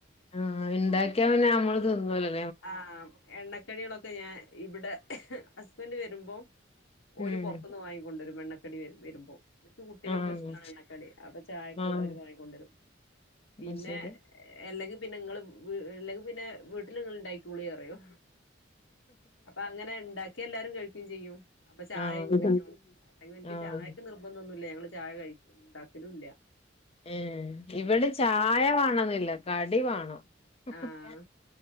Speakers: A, on the left (about 30°); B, on the left (about 85°).
A: ആ ഇണ്ടാക്യാ പിന്നെ നമ്മള് <unintelligible>
B: ആ എണ്ണക്കടികളൊക്കെ ഞാൻ ഇവിടെ <inaudible> ഹസ്ബൻഡ് വരുമ്പൊ ഓര്
A: ഉം
B: പുറത്തുന്ന് വാങ്ങിക്കൊണ്ടരും എണ്ണ. <unintelligible> വരുമ്പോ ഇപ്പഴ്‌ത്തെ കുട്ടികൾക്
A: ആഹ്
B: ഇഷ്ടാണ് കടി. അപ്പൊ ചായക്ക്
A: ആഹ്
B: അവര് വാങ്ങികൊ ണ്ടെരും.
A: അത്
B: പിന്നെ
A: ശരി
B: അല്ലെങ്കിൽ പിന്നെ ങ്ങൾ അല്ലെങ്കിൽ പിന്നെ വീട്ടി ആയിക്കോളി അറയൊ അപ്പഅങ്ങനെ ഇണ്ടാ എല്ലാരും കഴിയ്കേം ചെയ്യും. അപ്പൊ ചായയും
A: ആഹ്
B: കുടിക്കും അല്ലെങ്കിൽ എനിക്ക്
A: ആഹ്
B: ചായക്ക് നിർബന്ധോന്നുല്ല ഞങ്ങള് ചായ കഴി ഉണ്ടാക്കലുല്ല
A: ഏ ഇവിടെ ചായ വേണംന്നില്ല കടി വാ ണം <unintelligible>
B: ആഹ്